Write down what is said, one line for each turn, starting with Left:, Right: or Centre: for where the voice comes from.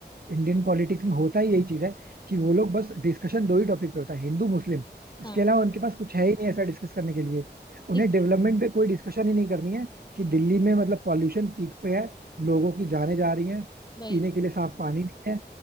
Right: इंडियन पॉलिटिक्स में होता ही यही चीज है कि वो लोग बस डिस्कशन दो ही टॉपिक पे होता है हिंदू मुस्लिम इसके
Left: हाँ
Right: अलावा उनके पास कुछ है ही नहीं ऐसा डिस्कस करने के लिए उन्हें
Left: इस
Right: डेवलपमेंट पे कोई डिस्कशन ही नहीं करनी है कि दिल्ली में मतलब पॉल्यूशन पीक पे है लोगों की जानें जा रही हैं
Left: वही
Right: पीने के लिए साफ पानी नहीं है